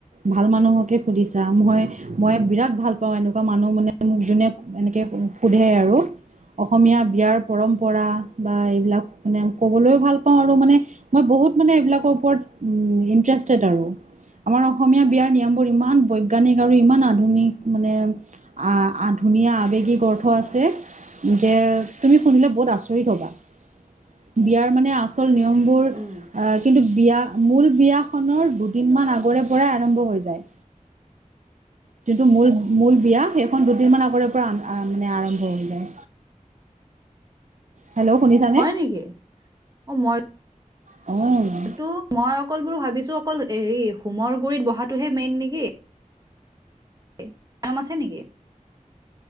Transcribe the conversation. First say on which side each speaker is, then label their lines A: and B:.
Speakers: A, on the right; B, on the right.
A: ভাল মানুহকে সুধিছা মই মই বিৰাট ভাল পাওঁ এনেকুৱা মানুহ মানে মোক যোনে এনেকে সোধে আৰু অসমীয়া বিয়াৰ পৰম্পৰা বা এইবিলাক মানে ক'বলৈও ভাল পাওঁ আৰু মানে মই বহুত মানে এইবিলাকৰ ওপৰত উম ইণ্টাৰেষ্টেড আৰু। আমাৰ অসমীয়া বিয়াৰ নিয়মবোৰ ইমান বৈজ্ঞানিক ইমান আধুনিক মানে আ- আ ধুনীয়া আৱেগিক গৰ্থ আছে যে তুমি শুনিলে বহুত আচৰিত হবা বিয়াৰ মানে আচ আচল নিয়মবোৰ অ,
B: উম।
A: কিন্তু বিয়া মূল বিয়াখনৰ দুদিন মান আগৰে পৰাই আৰম্ভ হৈ যায়।
B: <inaudible>
A: যোনটো মূল-মূল বিয়া সেইখন দুদিনমান আগৰে পৰা আৰাম মানে আৰম্ভ হৈ যায়।
B: <inaudible>
A: হেল্ল', শুনিছা?
B: হয় নেকি অ, মই
A: অ',
B: টো মই অকল বোলো ভাবিছো অকল হেৰি হোমৰ গুৰিত বহাত টোহে মেইন নেকি <inaudible> নিয়ম আছে নেকি?